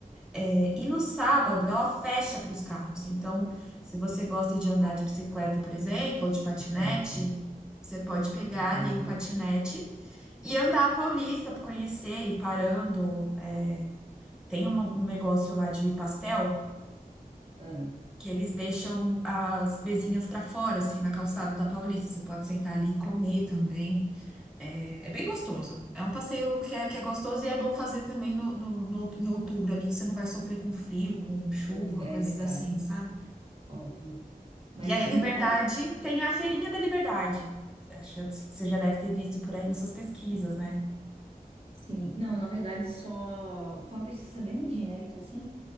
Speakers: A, in the centre; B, on the right.
A: É, e no sábado ela fecha para os carros. Então, se você gosta de andar
B: Ai,
A: de bicicleta, por exemplo, ou de patinete,
B: eu gosto.
A: você pode pegar
B: Adoro.
A: ali um patinete e andar a Paulista, conhecer, ir parando. É, tem uma- um negócio lá de pastel
B: Ah,
A: que eles deixam as mesinhas para fora, assim, na calçada da Paulista. Você pode sentar ali e comer também. É, é bem gostoso. É um passeio que é, que é gostoso e é bom fazer também no, no, no- em outubro ali, que você não vai sofrer com frio, com chuva,
B: conf- é
A: coisas
B: verdade.
A: assim, sabe?
B: Ótimo. Mas
A: E aí
B: me
A: a Liberdade
B: conta.
A: tem a Feirinha da Liberdade. Acho que você já deve ter visto por aí nas suas pesquisas, né?
B: Sim. Não, na verdade, só foi uma pesquisa bem genérica, assim.